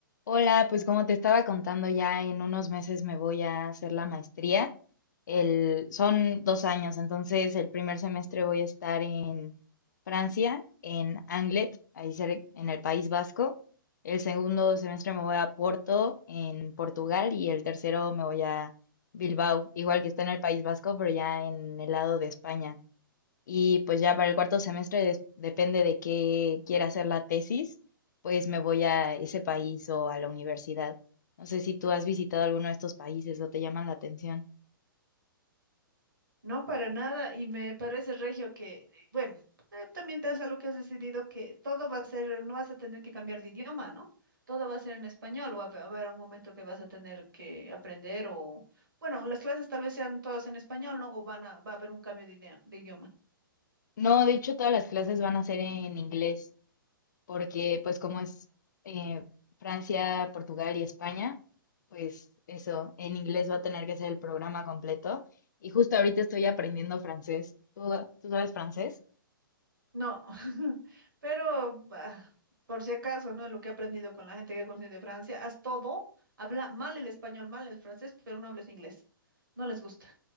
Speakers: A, on the left (about 55°); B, on the right (about 65°).
A: Hola, pues como te estaba contando, ya en unos meses me voy a hacer la maestría. El, son dos años, entonces el primer semestre voy a estar en Francia, en Anglet, ahí cer- en el País Vasco. El segundo semestre me voy a Porto, en Portugal, y el tercero me voy a Bilbao, igual que está en el País Vasco, pero ya en el lado de España. Y pues ya para el cuarto semestre, des- depende de qué quiera hacer la tesis, pues me voy a ese país o a la universidad. No sé si tú has visitado alguno de estos países o te llaman la atención.
B: No, para nada, y me parece, Regio, que, eh, bueno, eh, también te es algo que has decidido que todo va a ser, no vas a tener que cambiar de idioma, ¿no? Todo va a ser en español, o va a haber un momento que vas a tener que aprender, o, bueno, las clases tal vez sean todas en español, ¿no? O van a, va a haber un cambio de, idea- de idioma.
A: No, de hecho todas las clases van a ser en inglés, porque pues como es eh, Francia, Portugal y España, pues eso, en inglés va a tener que ser el programa completo. Y justo ahorita estoy aprendiendo francés. ¿Tú, tú sabes francés?
B: No, <laughs> pero bah, por si acaso, ¿no? Lo que he aprendido con la gente que he conocido de Francia, haz todo, habla mal el español, mal el francés, pero no hables inglés. No les gusta.